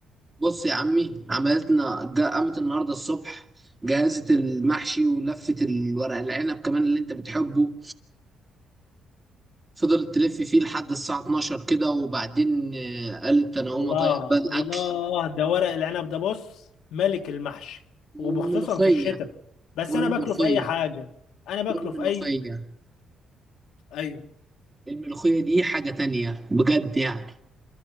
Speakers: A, on the right; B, on the left.
A: بص يا عمي عملتنا جا- قامت النهارده الصبح جهزت المحشي ولفت الورق العنب كمان اللي انت بتحبه فضلت تلف فيه لحد الساعة 12 كده وبعدين آه، قالت أنا هقوم
B: الله
A: أطيب بقى الأكل
B: الله ده ورق العنب ده بص ملك المحشي وبخصوصا
A: والملوخية
B: في الشتاء بس
A: والملوخية
B: انا باكله في اي حاجة انا باكله
A: والملوخية
B: في اي ايوه
A: الملوخية دي حاجة تانية بجد يعني